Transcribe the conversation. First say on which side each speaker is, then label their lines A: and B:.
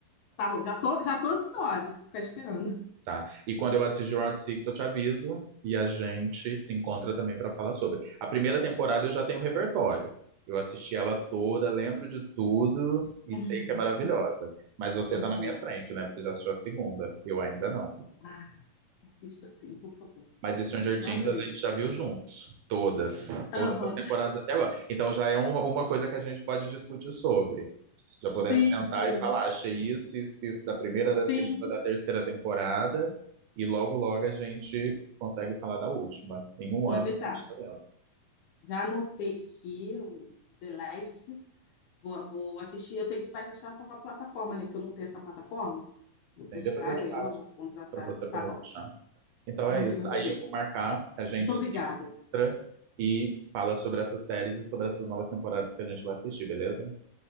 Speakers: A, on the left; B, on the right.
A: Tá bom. Já tô, já tô ansiosa, vou ficar esperando.
B: tá? E quando eu assistir o Round Six eu te aviso e a gente se encontra também para falar sobre. A primeira temporada eu já tenho repertório. Eu assisti ela toda, lembro de tudo e
A: <laughs>
B: sei que é maravilhosa. Mas você
A: Muito
B: tá na
A: boa.
B: minha frente, né? Você já assistiu a segunda. Eu ainda não.
A: Ah, assista sim, por favor.
B: Mas Stranger
A: Eu
B: Things
A: adorei.
B: a gente já viu juntos. Todas. Todas
A: Aham.
B: as temporadas até agora. Então já é uma, uma coisa que a gente pode discutir sobre. Já podemos
A: Sim,
B: sentar
A: sim.
B: e falar, achei isso, isso, isso da primeira, da segunda,
A: Sim,
B: da terceira temporada, e logo, logo a gente consegue falar da última. Em um
A: pode
B: ano
A: deixar.
B: a gente está dentro.
A: Já anotei aqui o The Last. Vou, vou assistir. Eu tenho que baixar essa plataforma, né? Porque eu não tenho essa plataforma. Vou baixar
B: E depois eu te
A: ela,
B: passo
A: vou contratar.
B: para você poder
A: Tá bom.
B: deixar Então é
A: Ai,
B: isso.
A: eu adorei.
B: Aí eu vou marcar, a gente
A: Muito obrigada.
B: se encontra e fala sobre essas séries e sobre essas novas temporadas que a gente vai assistir, beleza?